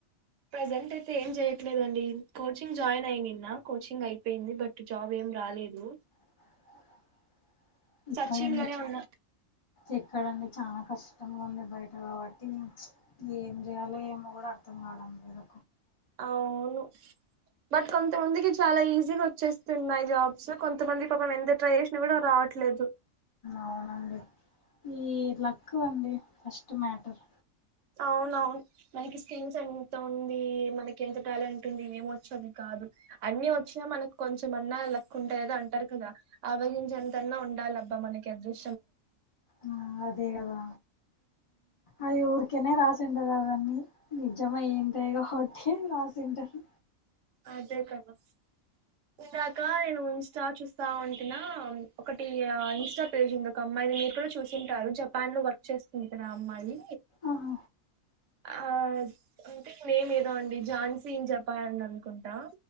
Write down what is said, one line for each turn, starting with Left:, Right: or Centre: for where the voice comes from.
Right: ప్రజెంట్ అయితే ఏం చేయట్లేదండి కోచింగ్ జాయిన్ అయి నిన్న కోచింగ్ అయిపోయింది బట్ జాబ్ ఏం రాలేదు
Left: <unintelligible> ఇక్కడండి
Right: సచ్చి ఇండ్లనే ఉన్న
Left: ఎక్కడండి చానా కష్టం ఉంది బయట కాబట్టి ఏం చేయాలో ఏమో కూడా అర్ అర్దం కావడం లేదూ
Right: అవును బట్ కొంతమందికి చాలా ఈజీగోచ్చేస్తున్నాయి జాబ్స్ కొంత్ కొంతమంది పాపం ఎంత ట్రై చేసినా కూడా రావట్లేదు
Left: అవునండి ఈ లక్కు అండి ఫస్ట్ మ్యాటర్
Right: అవునవును మనకి స్కీల్స్ ఎంత ఉంది మనకి ఎంత టాలెంట్ ఉంది ఇవేం ద్ క్షమి కాదు అన్ని వచ్చినా మనకు కొంచెంమన్నా లక్కుంటేదో అంటారు కదా అవగించంత అయిన ఉండాలబ్బా మనకి అద్రుష్
Left: ఆ అదేగదా అది ఊరికనే రాస్ ఎండ్లగాదని నిజమయిన్దేదో కొట్టి రాసింటారు
Right: అదే కదా ఇందాక నేను ఇంస్టా చూస్తా ఉంటినా ఒకటి ఆ ఇన్స్టా పేజ్ ఉందోక్ ఒక అమ్మాయిది మీరు కూడా చూసింటారు జపాన్ లో వర్క్ చేస్తుంటది ఆ అమ్మాయి
Left: ఆహ
Right: ఆ అంటే నేమ్ ఏదో అండి ఝాన్సీన్ జపాన్ అని అనుకుంటా